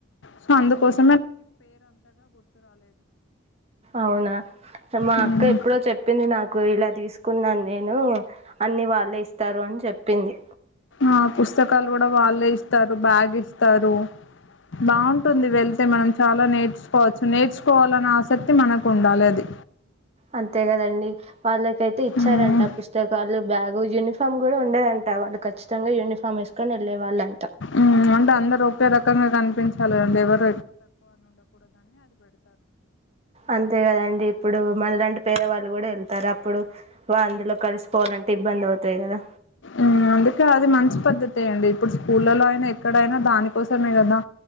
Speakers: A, on the left (about 65°); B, on the right (about 30°).
A: సో అందుకోసం
B: అవునా మా
A: హ్మ్.
B: అక్క ఎప్పుడో చెప్పింది నాకు ఇలా తీసుకున్నాన్ నేను అన్ని వాళ్ళే ఇస్తారు అని చెప్పింది
A: ఆ పుస్తకాలు కూడా వాళ్ళే ఇస్ స్తారు బ్యాగ్ ఇస్తారు బాగుంటుంది వెళ్తే మనం చాలా నేర్చుకోవచ్చు నేర్చుకోవాలన్న ఆసక్తి మనకు ఉండాలి అది
B: అంతే కదండి వాళ్ళకైతే ఇచ్చారంట
A: హ్మ్.
B: పుస్తకాలు బ్యాగు యూని ఫామ్ కూడా ఉండేదంట వాళ్ళకి చ్చ చ్చితంగా యూనిఫమ్ ఏసుకొని వెళ్లే వాళ్ళు అం
A: ఉమ్ అంటే అందరుూ ఒకే రకంగా కనిపించాలి అేవర
B: అంతే కదండి ఇప్పుడు మనలాంటి పేదవాళ్ళు కూడా వెళ్తారు అప్పుడు అందులో కలిసిపోవాలంటే ఇబ్బంది అవుతాయి కదా
A: ఉమ్ అందుకే అది మంచి పద్ధతే అండి ఇప్పుడు స్కూళ్లలో అయినా ఎక్కడైనా దానికోసం స మే కదా